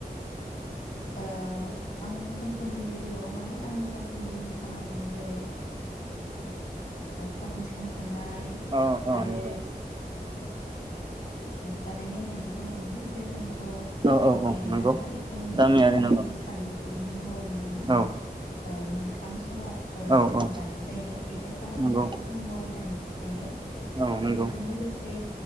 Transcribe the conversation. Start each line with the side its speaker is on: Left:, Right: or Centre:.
Left: औ आं सानफ्रोमबोनि जिउआव माने आंनि सानफ्रोमबोनि खामानि जेरै साखोन सिखोन थानाय
Right: अ अ
Left: आरो
Right: नंगौ
Left: जानाय लोंनायनि खामानि जे जों थ'
Right: औ औ
Left: गामियारि
Right: औ नंगौ
Left: नालाय फुंनि
Right: गामियारि
Left: फुंनि
Right: नंगौ
Left: सानजौफुनि फुनि हरनि मोन
Right: औ
Left: मोनथाम समाव
Right: औ
Left: जोङो
Right: औ
Left: जानाय जायो बेफोर खामानिखौथ'
Right: नंगौ
Left: जोङो मावबाय थानाय जायो जायो
Right: औ नंगौ
Left: बेजों लोगोसे